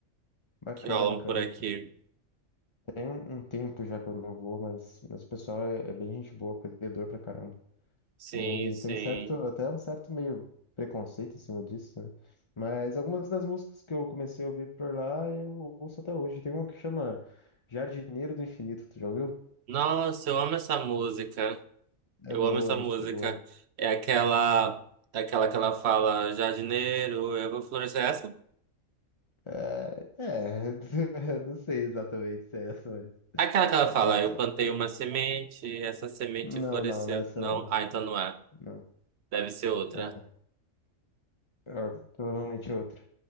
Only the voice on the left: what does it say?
Bacana,
bacana.
Tem um, um tempo já que eu não vou, mas, mas o pessoal é, é bem gente boa, acolhedor pra caramba.
E
tem um certo, até um certo meio preconceito em cima disso, né? Mas algumas das músicas que eu comecei a ouvir por lá, eu ouço até hoje. Tem uma que chama Jardineiro do Infinito, tu já ouviu?
É
boa,
a música
é boa.
É, é, <laughs> não sei exatamente se é essa, mas.
é,
Não,
não, nessa
não.
Não.
É, é, provavelmente é outra.